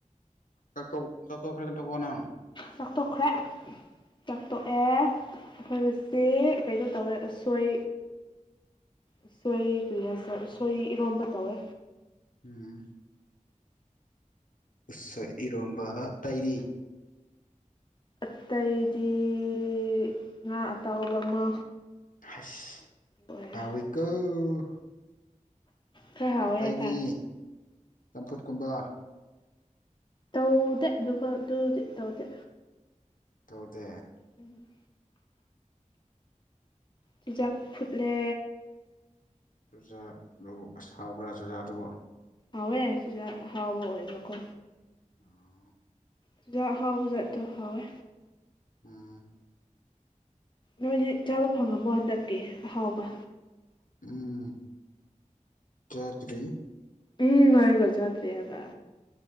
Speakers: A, on the left; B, on the left.
A: UNINTELLIGIBLE
B: ꯆꯥꯛ ꯇꯣꯛꯈ꯭ꯔꯦ ꯆꯥꯛ ꯇꯣꯛꯑꯦ ꯑꯩꯈꯣꯏ ꯍꯧꯖꯤꯛ ꯀꯩꯅꯣ ꯇꯧꯋꯦ ꯎꯁꯣꯏ ꯎꯁꯣꯏ ꯀꯔꯤ ꯍꯥꯏꯁꯤꯔ ꯎꯁꯣꯏ ꯏꯔꯣꯝꯕ ꯇꯧꯋꯦ
A: ꯎꯝ ꯎꯁꯣꯏ ꯏꯔꯣꯝꯕ ꯑꯇꯩꯗꯤ
B: ꯑꯠꯇꯩꯗꯤꯏ ꯉꯥ ꯑꯇꯥꯎꯕ ꯑꯃ
A: ꯍꯩꯁ
B: ꯂꯣꯏꯔꯦ
A: ꯍꯥꯎꯋꯤꯀꯣꯑꯣ
B: ꯈꯔ ꯍꯥꯎꯋꯦ
A: ꯑꯇꯩꯗꯤ
B: ꯍꯥꯏꯇꯥꯔꯦ
A: ꯆꯝꯐꯨꯠꯀꯨꯝꯕ
B: ꯇꯧꯎꯗꯦ ꯑꯗꯨꯒ ꯑꯗꯨꯗꯤ ꯇꯧꯗꯦ
A: ꯇꯧꯗꯦ
B: ꯎꯝ ꯆꯨꯖꯥꯛ ꯐꯨꯠꯂꯦ
A: ꯆꯨꯖꯥꯛꯂꯣ ꯑꯁ ꯍꯥꯎꯕ꯭ꯔꯥ ꯆꯨꯖꯥꯛꯇꯨꯕꯨ
B: ꯍꯥꯎꯋꯦ ꯆꯨꯖꯥꯛ ꯑꯍꯥꯎꯕ ꯑꯣꯏꯕꯀꯣ
A: ꯑꯣ
B: ꯆꯨꯖꯥꯛ ꯑꯍꯥꯎꯕꯖꯥꯠꯇꯣ ꯍꯥꯎꯋꯦ
A: ꯎꯝ
B: ꯅꯣꯏꯗꯤ ꯆꯥꯗ ꯐꯪꯉꯝꯃꯣ ꯍꯟꯗꯛꯀꯤ ꯑꯍꯥꯎꯕ
A: ꯎꯝ ꯆꯥꯗꯔ꯭ꯤ
B: ꯎꯝ ꯍꯔꯒ ꯆꯗ꯭ꯔꯤ ꯍꯥꯏꯕ